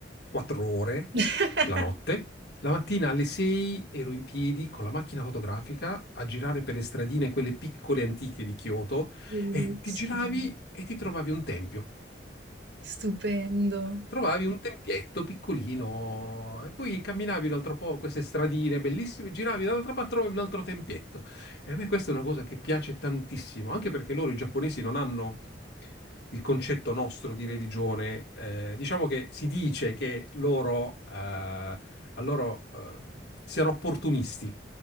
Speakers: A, on the left; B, on the right.
A: 4 ore
B: <laughs>
A: la notte. La mattina alle 6 ero in piedi con la macchina fotografica a girare per le stradine, quelle piccole antiche di Kyoto,
B: Bellissimo,
A: e ti giravi e ti trovavi un tempio.
B: stupendo.
A: Trovavi un tempietto piccolino e poi camminavi un altro po' queste stradine bellissime, giravi dall'altra parte, trovavi un altro tempietto. E a me questa è una cosa che piace tantissimo, anche perché loro, i giapponesi, non hanno il concetto nostro di religione. Eh, diciamo che si dice che loro, eh, a loro, eh, siano opportunisti.